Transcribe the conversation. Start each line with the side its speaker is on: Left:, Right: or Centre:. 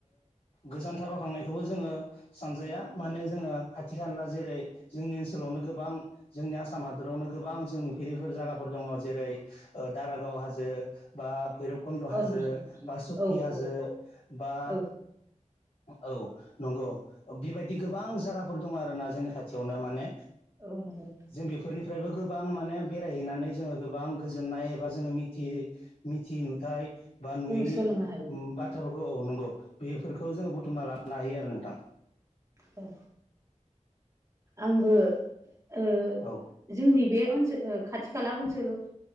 Left: गोजानथाराव थांनायखौबो जोङो सानजाया। माने जोङो खाथि- खाला जेरै जोंनि ओनसोलावनो गोबां जोंनि आसाम हादरावनो गोबां जों नुफेरिफोर जायगाफोर दङ। जेरै दारागाव हाजो बा भैरबकुन्द' हाजो,
Right: औ नंगौ नोंथां
Left: बा सुक्कि
Right: औ
Left: हाजो,
Right: औ
Left: बा
Right: औ
Left: औ नंगौ बेबायदि गोबां जायगाफोर दं आरोना जोंनि खाथियावनो माने
Right: औ नंगौ
Left: जों बेफोरनिफ्रायबो गोबां माने बेरायहैनानै जोङो गोबां गोजोननाय एबा जोङो मिथियि एबा मिथि नु थाय बा नुयि
Right: जों सोलोंनो हायो
Left: बाथ्राफोरखौ औ नंगौ बेफोरखौ जोङो बुथुमना लानो नायो आरो नोंथां।
Right: औ। आंबो ओ
Left: औ
Right: जोंनि बे ओनसोल खाथि- खाला ओनसोल